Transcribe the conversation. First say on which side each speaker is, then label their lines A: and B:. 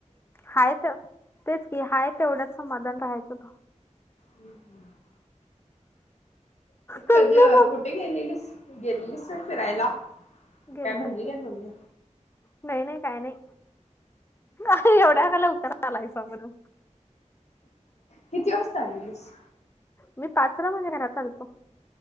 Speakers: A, on the left; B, on the left.
A: हायत तेच की हाय तेवढंच समाधान राहायचं त
B: हम्म हम् <inaudible>
A: तो
B: कधी कुठे गेलेलीस गेलीस फिरायला
A: गेलत
B: काय म्हणली
A: की
B: काय मम्मी
A: नाही नाही काय नाही नाही एवढ्या खाल उतर आलायफ म्हण
B: किती वाजता आस
A: मी पाचरा घरात आलतो